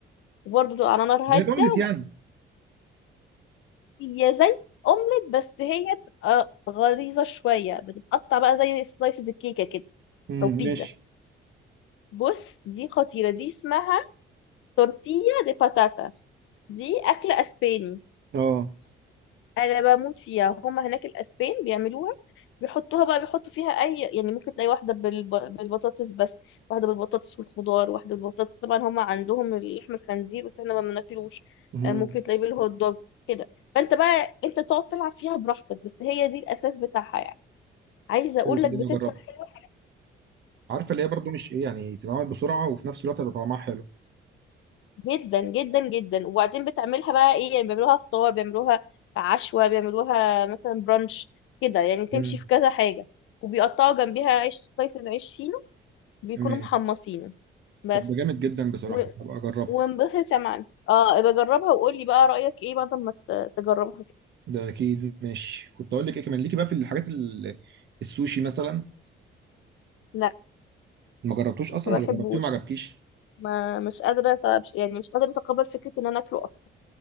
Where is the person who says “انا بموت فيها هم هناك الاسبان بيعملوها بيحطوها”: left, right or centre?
Left